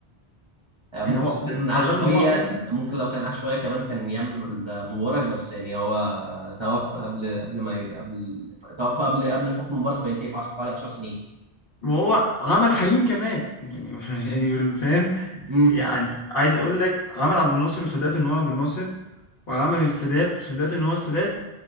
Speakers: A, on the right (about 35°); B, on the left (about 60°).
A: آه، ممكن
B: يعني هو
A: لو كان عاش
B: على الرغم
A: شوية
B: ان هو عمل
A: ممكن لو كان عاش شوية كمان كان يعمل مبارك بس يعني هو توفى قبل قبل ما ي- قبل توفى قبل قبل حكم مبارك ما ينتهي بعشر حوالي 10 سنين
B: ما هو عمل حليم كمان يعني <laughs> يعني فاهم
A: امم
B: يعني عايز اقول لك عمل عبد الناصر وصدقت ان هو عبد الناصر وعمل السادات وصدقت ان هو السادات